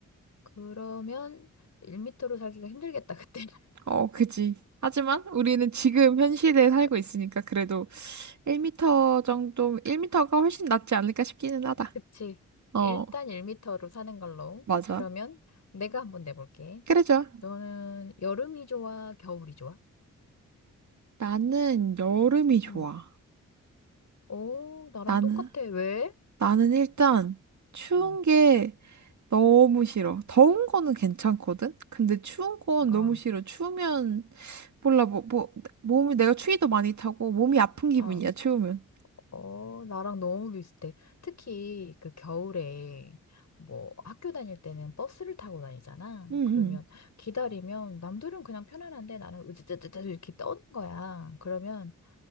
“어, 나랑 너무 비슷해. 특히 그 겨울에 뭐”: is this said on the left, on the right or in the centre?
Left